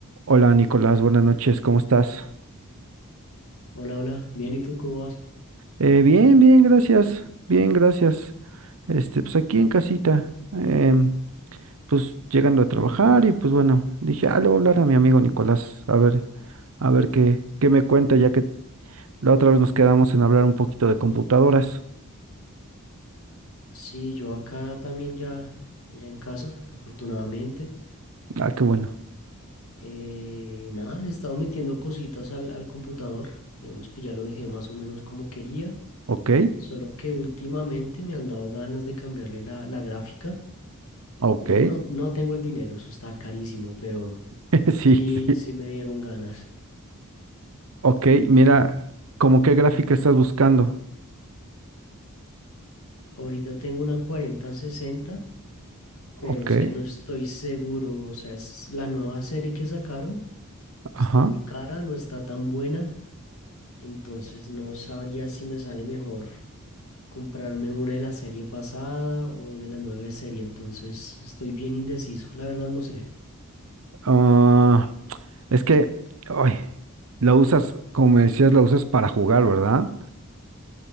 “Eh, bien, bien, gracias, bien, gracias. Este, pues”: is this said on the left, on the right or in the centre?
Right